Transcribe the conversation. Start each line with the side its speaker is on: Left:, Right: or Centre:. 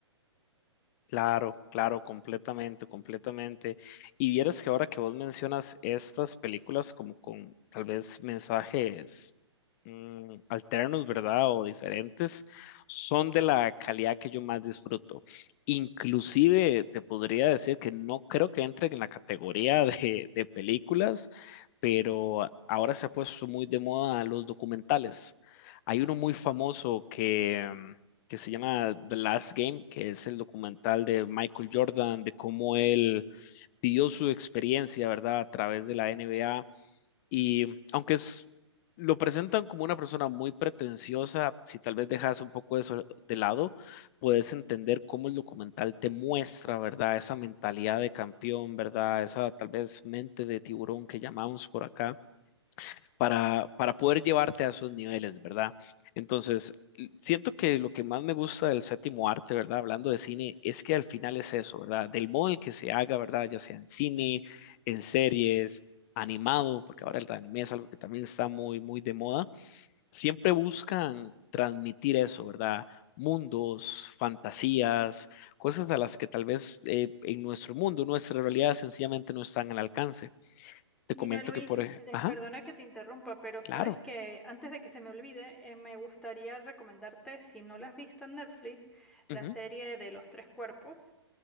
Left: Claro, claro, completamente, completamente. Y vieras que ahora que vos mencionas estas películas como con tal vez mensajes mm, alternos, ¿verdad? O diferentes, son de la calidad que yo más disfruto. Inclusive te podría decir que no creo que entre en la categoría <laughs> de, de películas, pero ahora se ha puesto muy de moda los documentales. Hay uno muy famoso que... mm, que se llama The Last Game, que es el documental de Michael Jordan, de cómo él vivió su experiencia, ¿verdad?, a través de la NBA. Y aunque es, lo presentan como una persona muy pretenciosa, si tal vez dejas un poco eso de lado, puedes entender cómo el documental te muestra, ¿verdad?, esa mentalidad de campeón, ¿verdad?, esa tal vez mente de tiburón que llamamos por acá para, para poder llevarte a esos niveles, ¿verdad? Entonces, l- siento que lo que más me gusta del séptimo arte, ¿verdad? Hablando de cine, es que al final es eso, ¿verdad? Del modo en el que se haga, ¿verdad? Ya sea en cine, en series, animado, porque ahora el anime es algo que también está muy, muy de moda, siempre buscan transmitir eso, ¿verdad? mundos, fantasías, cosas a las que tal vez eh, en nuestro mundo, nuestra realidad sencillamente no están al alcance. Te
Centre: Mira,
Left: comento
Centre: Luis,
Left: que por... ej-
Centre: eh,
Left: Ajá,
Centre: perdona que te interrumpa, pero sabes
Left: claro.
Centre: que antes de que se me olvide, eh, me gustaría recomendarte, si no la has visto en Netflix, la
Left: Ujú.
Centre: serie de Los Tres Cuerpos.